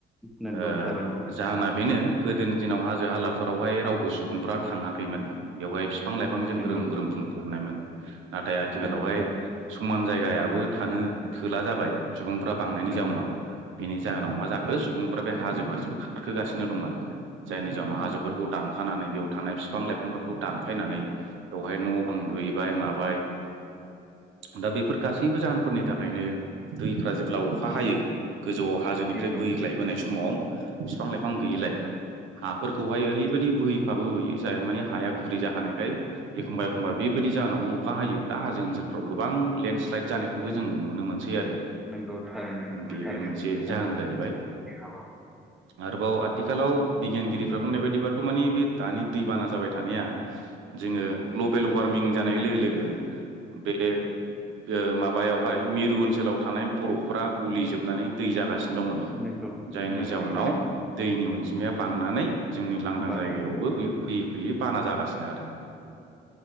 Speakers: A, in the centre; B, on the right (about 80°).
A: नोंगौ
B: ओ
A: थारैनो।
B: जाहोना बेनो गोदोनि दिनाव हाजो हालाफोरावहाय रावबो सुबुंफ्रा थाङाखैमोन। बेवहाय बिफां लाइफांजों
A: नोंगौ।
B: ग्रोम ग्रोम बुंफबनायमोन। नाथाय आथिखालावहाय
A: नोंगौ थारैनो
B: समान जायगायाबो थानो थोला जाबाय सुबुंफ्रा बां
A: नोंगौ
B: जाउनाव बिनि जाहोनाव मा जाखो सुबुंफ्रा बे हाजो फारसेबो खारखोगासिनो दं आरो। जायनि जाउनाव
A: नोंगौ
B: हाजोफोरखौ दानखानानै बेयाव थानाय बिफां लाइफांफोरखौ दान फायनानै बेवहाय न' बां लुहैबाय माबाय। दा बेफोर गासैबो जाहोनफोरनि थाख ओमफ्रायनो दैफ्रा जेब्ला अखा हायो गोजौ हाजोनिफ्राय
A: नोंगौ
B: बोग्लायबोनाय समाव फां लाइफां
A: नोंगौ
B: गैयैलाय हाफोरखौहाय ओरैबायदि बोहै फाबोय जाय मानि हाया गुरै जाखानायखाय एखमबा एखमबा बेबायदि जाहोनावनो अखा हायोयोब्ला हो ओनोलफ्राव गोबां लेन्डस फ्लाइट जानायखौबो
A: नों
B: जोङो नुनो मोनसै आरो।
A: नोंगौ थारैनो
B: बेबो
A: थारैनो
B: मोनसे
A: नोंथां।
B: जाहोन जाहैबाय
A: <unintelligible>
B: आरोबाव आथिखालाव बिगियानगिरिफ्रा बुंनाय बायदिबाथ' मानिे बे दानि दैबाना जाबाय थानाया जोङो ग्लबेल वार्मिं जानाय लोगो लोगो बे ओ माबायावहाय मिरु ओनसोलाव थानाय बरफफोरा गलि जोबनानै दै जागासिनो दंङोनो।
A: नोंगौ
B: जायनि
A: नोंगौ
B: जाउनाव
A: थारैनो
B: दैनि अनजिमाया बांनानै जोंनि लांदां
A: बांनानै
B: जायगायावबो बि फैयै फैयै बाना जागासिनो आरो